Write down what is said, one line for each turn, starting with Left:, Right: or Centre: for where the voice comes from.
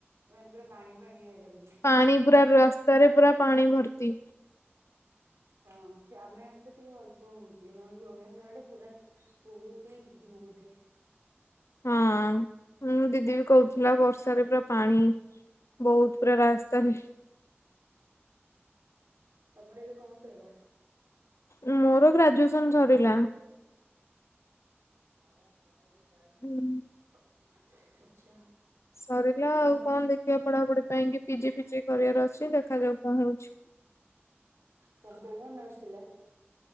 Right: ମାନେ ପୁରା ପାଣି ଫାଣି ହେଇଯାଉଛି।
Left: ପାଣି ପୁରା ରାସ୍ତାରେ ପୁରା ପାଣି ଭର୍ତ୍ତି।
Right: ହଁ ସେ ଆମେ ଆଡେ ତ ଟିକେ ଅଳ୍ପ ହଉଛି ନହେଲେ ଭୁବନେଶ୍ୱର ଆଡେ ପୁରା ବହୁତ ହିଁ ହଉଛି ବହୁତ ହିଁ
Left: ହଁ ମୁଁ ଦିଦି ବି କହୁଥିଲା ବର୍ଷାରେ ପୁରା ପାଣି ବହୁତ ପୁରା ରାସ୍ତାରେ।
Right: ତମର ଏବେ କଣ ସଇଲା?
Left: ମୋର ଗ୍ରାଜୁଏସନ ସରିଲା।
Right: ଭାରତ ଯାଇ
Left: ହୁଁ।
Right: <unintelligible> ଆଚ୍ଛା।
Left: ସରିଲା
Right: ତମର
Left: ଆଉ କଣ ଦେଖିବା ପଢାପଢି ପାଇଁ କି ପିଜି ଫିଜି କରିବାର ଅଛି ଦେଖାଯାଉ କଣ ହଉଛି।
Right: ତାର କୋଉ ଅନରସ୍ ଥିଲା?